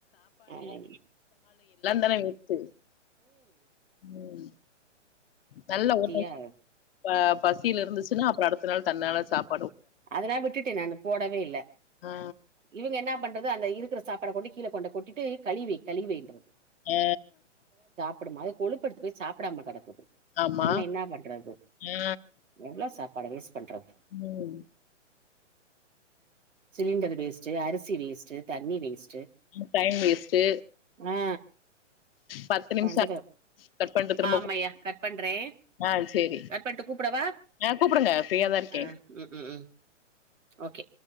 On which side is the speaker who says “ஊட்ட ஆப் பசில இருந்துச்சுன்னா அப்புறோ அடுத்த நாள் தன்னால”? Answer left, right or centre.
Left